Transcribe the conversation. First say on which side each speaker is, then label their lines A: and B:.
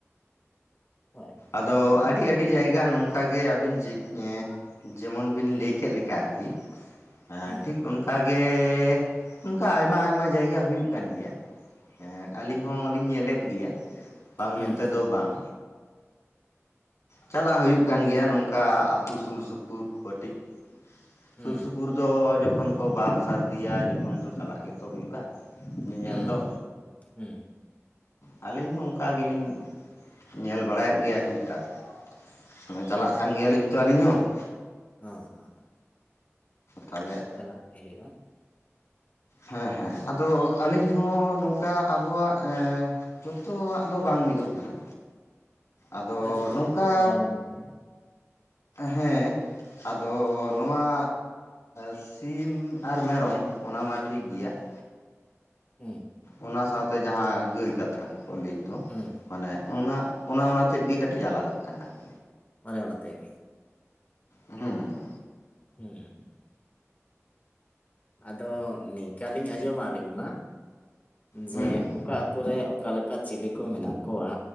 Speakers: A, on the left; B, on the left.
A: ᱦᱳᱭ᱾ ᱦᱳᱭ
B: ᱟᱫᱚ ᱟᱹᱰᱤ ᱟᱹᱰᱤ ᱡᱟᱭᱜᱟ ᱱᱚᱝᱠᱟᱜᱮ ᱟᱹᱵᱤᱱ ᱪᱮᱫ ᱮᱸ ᱡᱮᱢᱚᱱ ᱵᱤᱱ ᱞᱟᱹᱭ ᱠᱮᱫ ᱞᱮᱠᱟ ᱟᱹᱨᱠᱤ ᱮᱸ
A: ᱦᱩᱸ
B: ᱴᱷᱤᱠ ᱚᱱᱠᱟ ᱜᱮ, ᱚᱱᱠᱟ ᱟᱭᱢᱟ ᱟᱭᱢᱟ ᱡᱟᱭᱜᱟ ᱦᱩᱭᱩᱜ ᱠᱟᱱ ᱜᱮᱭᱟ᱾ ᱮᱸᱫ ᱟᱞᱤᱧ ᱦᱚᱸᱞᱤᱧ ᱧᱮᱞᱮᱫ ᱜᱮᱭᱟ, ᱵᱟᱝ
A: ᱦᱩᱸ
B: ᱢᱮᱱᱛᱮ ᱫᱚ ᱵᱟᱝ᱾ ᱪᱟᱞᱟᱜ ᱦᱩᱭᱩᱜ ᱠᱟᱱ ᱜᱮᱭᱟ ᱱᱚᱝᱠᱟ ᱟᱹᱛᱩ ᱥᱩᱨ ᱥᱩᱯᱩᱨ ᱠᱚ ᱠᱟᱹᱴᱤᱡ,
A: ᱦᱩᱸ
B: ᱥᱩᱨ ᱥᱩᱯᱩᱨ ᱫᱚ ᱡᱚᱠᱷᱚᱱ ᱠᱚ ᱵᱟᱦᱟ ᱥᱟᱹᱨᱫᱤᱭᱟ ᱡᱚᱠᱷᱚᱱ ᱫᱚ ᱪᱟᱞᱟᱜ ᱜᱮᱛᱚ ᱦᱩᱭᱩᱜᱼᱟ᱾ ᱧᱮᱧᱮᱞ
A: ᱦᱩᱸ
B: ᱫᱚ
A: ᱦᱩᱸ ᱦᱩᱸ, ᱦᱩᱸ᱾
B: ᱟᱹᱞᱤᱧ ᱦᱚᱸ ᱚᱱᱠᱟ ᱜᱮᱞᱤᱧ ᱧᱮᱞ ᱵᱟᱲᱟᱭᱮᱫ ᱜᱮᱭᱟ ᱴᱩᱠ ᱴᱟᱠ ᱾ ᱪᱟᱞᱟᱜ ᱠᱟᱱ ᱜᱮᱭᱟᱞᱤᱧ ᱛᱚ ᱟᱹᱞᱤᱧ ᱦᱚᱸ ᱾
A: ᱦᱮᱸ ᱦᱮᱸ ᱦᱮᱸ
B: ᱛᱟᱦᱚᱞᱮ
A: ᱪᱟᱞᱟᱜ ᱛᱮ ᱦᱩᱭᱩᱜᱼᱟ ᱾
B: ᱦᱮᱸ ᱦᱮᱸ ᱟᱫᱚ ᱟᱹᱞᱤᱧ ᱦᱚᱸ ᱱᱚᱝᱠᱟ ᱟᱵᱚᱣᱟᱜ ᱮᱸ ᱡᱚᱛᱚᱣᱟᱜ ᱫᱚ ᱵᱟᱝ ᱢᱤᱫᱚᱜ ᱠᱟᱱᱟ ᱟᱫᱚ
A: ᱦᱮᱸ ᱡᱚᱛᱚᱣᱟᱜ
B: ᱱᱚᱝᱠᱟ
A: ᱠᱚᱫᱚ ᱵᱟᱭ ᱢᱤᱫᱚᱜ ᱜᱮᱭᱟ
B: ᱦᱮᱸ ᱟᱫᱚ ᱱᱚᱣᱟ ᱥᱤ ᱥᱤᱢ ᱟᱨ ᱢᱮᱨᱚᱢ ᱚᱱᱟ ᱢᱟ ᱴᱷᱤᱠ ᱜᱮᱭᱟ ᱾
A: ᱦᱮᱸ
B: ᱚᱱᱟ ᱥᱟᱶᱛᱮ ᱡᱟᱦᱟᱸ ᱜᱟᱹᱭ ᱠᱟᱛᱷᱟ ᱠᱚᱠᱚ ᱞᱟᱹᱭᱮᱫ ᱫᱚ ᱾
A: ᱦᱩᱸ
B: ᱢᱟᱱᱮ ᱚᱱᱟ ᱚᱱᱟ ᱚᱱᱟ ᱛᱮᱫ ᱜᱮ ᱠᱟᱹᱴᱤᱡ ᱟᱞᱟᱫᱟᱜ ᱠᱟᱱᱟ ᱟᱨᱠᱤ ᱾
A: ᱢᱟᱱᱮ ᱚᱱᱟ ᱛᱮᱜᱮ
B: ᱦᱩᱸ
A: ᱦᱩᱸ ᱟᱫᱚ ᱱᱤᱝᱠᱟᱹ ᱞᱤᱧ ᱟᱸᱡᱚᱢᱟ ᱟᱹᱞᱤᱧ ᱢᱟ
B: ᱦᱩᱸ
A: ᱡᱮ
B: ᱦᱩᱸ
A: ᱚᱠᱟ ᱟᱛᱩ ᱨᱮ ᱚᱠᱟ ᱞᱮᱠᱟ ᱪᱤᱞᱤ ᱠᱚ ᱢᱮᱱᱟᱜ ᱠᱚᱣᱟ